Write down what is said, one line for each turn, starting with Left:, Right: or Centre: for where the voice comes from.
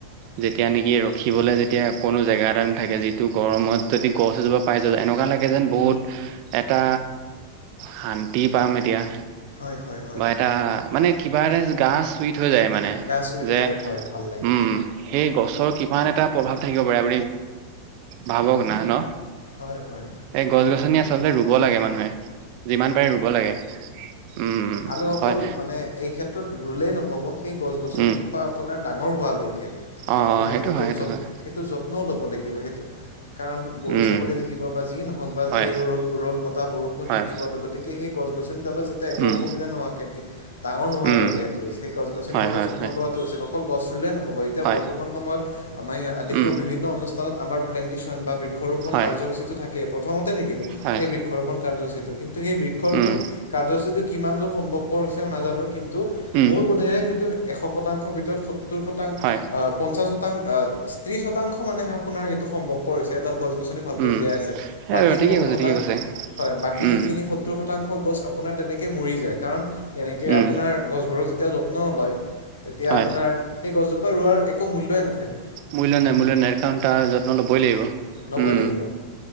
Right: যেতিয়া নেকি ৰখিবলৈ যেতিয়া কোনো জেগা এটা নাথাকে যিটো গৰমত যদি গছ এজোপা পাই যোৱা এনেকুৱা লাগে যেন বহুত এটা শান্তি পাম এতিয়া
Left: হয় হয় হয়
Right: বা এটা মানে কিবা এটা গা চুইত থৈ যায় মানে
Left: গা চুই থৈ
Right: যে
Left: যায় হয় ভাল লাগে
Right: উম সেই গছৰ কিমান এটা প্ৰভাৱ থাকিব পাৰে আপুনি ভাবক না ন
Left: হয় হয়
Right: এই গছ গছনি আচলতে ৰুব লাগে মানুহে যিমান পাৰে ৰুব লাগে। উম
Left: আলুসকল
Right: হয়
Left: মানে এই ক্ষেত্ৰত ৰুলেই নহ'ব সেই গছ গছনিজোপা
Right: উম
Left: আপোনাৰ ডাঙৰ হোৱালৈকে
Right: অ
Left: আপোনাৰ
Right: অ
Left: সেইটো
Right: হয়
Left: যত
Right: হয়
Left: সেইটো যত্ন লব লাগিব সেই কাৰণ গৰু
Right: উম
Left: ছাগলী থাকিব বা যি নহওক বা
Right: হয়
Left: সেই ৰ'দ ৰ'দ বতাহ বৰষুণ
Right: হয়
Left: থাকিব গতিকে সেই গছ গছ- যাতে একো
Right: উম
Left: অসুবিধা নোহোৱাকে ডাঙৰ নোহোৱালৈকে
Right: উম
Left: এটলিছ গছনিডালৰ
Right: হয় হয়
Left: যত্ন
Right: হয়
Left: লোৱাটো আছিল অকল গছ ৰুলেই নহ'ব এতিয়া
Right: হয়
Left: বৰ্তমান সময়ত আমাৰ দেখো
Right: উম
Left: বিভিন্ন অনুষ্ঠানত আমাৰ প্লেন্টেশ্যন বা বৃক্ষৰোপন
Right: হয়
Left: কাৰ্যসূচীতটো থাকে প্ৰথমতে নেক-
Right: হয়
Left: এই বৃক্ষৰোপন কাৰ্য্যসূচীটো কিন্তু সেই বৃক্ষৰোপন
Right: উম
Left: কাৰ্যসূচীটো কিমান দূৰ সম্ভৱপৰ হৈছে মই নাজানো কিন্তু
Right: উম
Left: মোৰ বোধেৰে সেইটো এশ শতাংশৰ ভিতৰত স- টৌৰ শতাং
Right: হয়
Left: আহ পঞ্চাশ শতাং আহ ত্ৰিশ শতাংশ মানেহে আপোনাৰ সেইটো সম্ভৱ পৰ হৈছে। গছ গছনি ভালকৈ
Right: উম
Left: জীয়াই আছে
Right: সেই
Left: বাকী
Right: আৰু ঠিকে কৈছে
Left: শতাং
Right: ঠিকে কৈছে
Left: হয় বাকী
Right: উম
Left: যিখিনি সত্তৰ শতাংশ গছ আপোনাৰ তেনেকৈ মৰি যায় কাৰণ তেনেকে
Right: উম
Left: আপোনাৰ গছবোৰক যেতিয়া যত্ন লয় তেতিয়া
Right: হয়
Left: আপোনাৰ সেই গছজোপা ৰোৱাৰ একো মূল্যই নাথাকে
Right: মূল্য নাই মূল্য নাই কাৰণ তাৰ যত্ন লব ই লাগিব
Left: ল'বই
Right: উম
Left: লাগিব